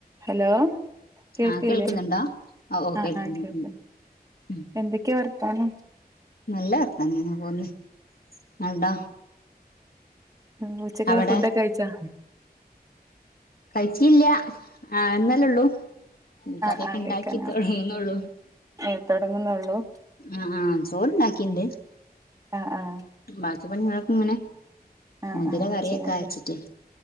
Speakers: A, on the right (about 20°); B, on the left (about 65°).
A: Hello കേൾക്ക്ല്ലേ
B: ആ കേൾക്കുന്നുണ്ടോ ഓ ഓ
A: ആഹ്
B: കേൾക്കുന്നുണ്ട്
A: ആഹ് കേൾക്ക്
B: ഉം
A: എന്തേക്കെ വർത്താനം
B: നല്ല വർത്താനം ഇങ്ങനെ പോന്ന് ഇങ്ങള്തോ
A: ഉം ഉച്ചക്ക്ള്ള
B: അവിടെ
A: ഫുഡോക്കെ കഴിച്ചോ
B: കഴിച്ചില്ല്യ ആവ്ന്നല്ലേ ഒള്ളൂ കറ്യോക്കെ
A: ആഹ് ആഹ്
B: ഇണ്ടാക്കി
A: കഴിക്കാനാ
B: തൊടങ്ങ്ണോള്ളു
A: ഏഹ് തൊടങ്ങുന്നൊള്ളൂ
B: ആഹ് ആഹ് ചോറ്ണ്ടാക്കിണ്ട്
A: ആഹ് ആഹ്
B: ബാക്കി പണ്യേളൊക്കെ ഇങ്ങനെ
A: ആഹ്
B: മുതിര
A: ആഹ്
B: കറിക്കാച്ച്ട്ടെ
A: ചെയ്യണ്ട